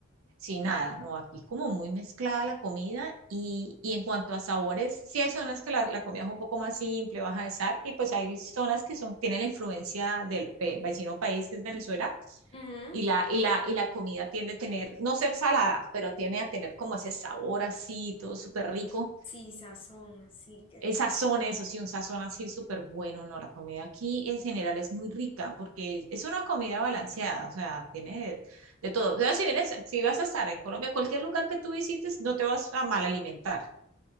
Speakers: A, on the right; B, on the left.
A: sin nada, no, aquí es como muy mezclada la comida y, y en cuanto a sabores, sí hay zonas que la, la comida es un poco más simple, baja de sal y pues hay zonas que son, tienen la influencia del pe- vecino país que es Venezuela,
B: Ujú.
A: y la, y la, y la comida tiende a tener, no ser salada, pero tiende a tener como ese sabor así, todo súper rico.
B: Sí, sazón, sí, qué
A: El sazón, eso sí, un sazón así súper bueno, ¿no? La comida aquí en general es muy rica porque es una comida balanceada, o sea, tiene de, de todo. Pero si vienes, si vas a estar en Colombia, cualquier lugar que tú visites, no te vas a mal alimentar,